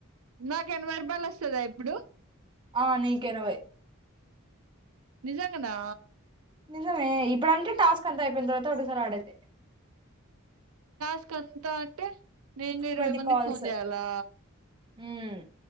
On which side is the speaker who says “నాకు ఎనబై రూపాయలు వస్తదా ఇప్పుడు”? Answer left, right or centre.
Right